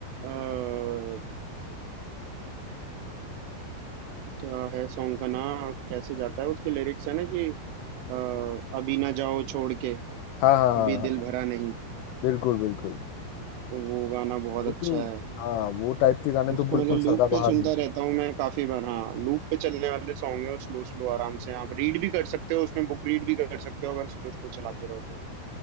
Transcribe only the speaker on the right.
आ, क्या है सॉन्ग का नाम कैसे जाता है उसके लिरिक्स है ना कि अ, अभी ना जाओ छोड़ के
अभी
दिल
भरा नहीं
वो गाना बहुत
अच्छा
है
उसको
मतलब लूप
पे सुनता
रहता हूँ मैं काफी बार हाँ लूप पे चलने वाले सॉन्ग है और स्लो स्लो आराम से आप रीड भी कर सकते हो उसमें बुक रीड भी कर सकते हो अगर स्लो स्लो चलाते रहो तो